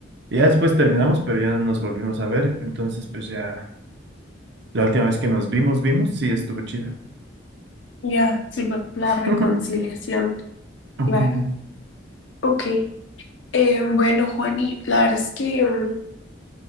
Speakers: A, on the right; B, on the left.
A: Y ya después terminamos, pero ya no nos volvimos a ver. Entonces, pues ya, la última vez que nos vimos, vimos, sí, estuvo chida.
B: Ya, sí, va, la
A: <laughs>
B: reconciliación,
A: Ujú.
B: claro. Ok. Eh, bueno, Juani, la verdad es que mm,